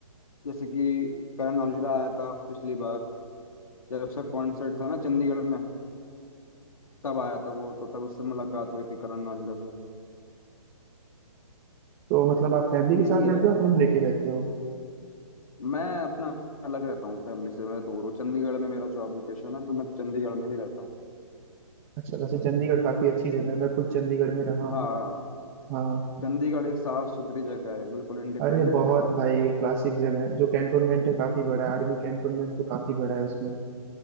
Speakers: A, on the left; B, on the right.
A: जैसे कि करण औजला आया था पिछली बार जब उसका कॉन्सर्ट था ना चंडीगढ़ में तब आया था वो तो तब उससे मुलाकात हुई थी करण औजला से
B: तो मतलब आप फैमिली के
A: यही
B: साथ रहते
A: है
B: हो और रूम लेके रहते हो
A: मैं अपना अलग रहता हूँ फैमिली से मैं दूर हूँ चंडीगढ़ में मेरा जॉब लोकेशन है तो मैं चंडीगढ़ में ही रहता हूँ
B: अच्छा वैसे चंडीगढ़ काफी अच्छी जगह है मैं खुद चंडीगढ़ में रहा हूँ
A: हाँ
B: हाँ
A: चंडीगढ़ एक साफ सुथरी जगह है बिल्कुल इंडिपेंडेंट
B: अरे बहुत
A: जगह है
B: भाई
A: वो
B: क्लासिक जगह है जो कैंटोनमेंट है काफी बड़ा है आर्मी कैंटोनमेंट तो काफी बड़ा है उसमें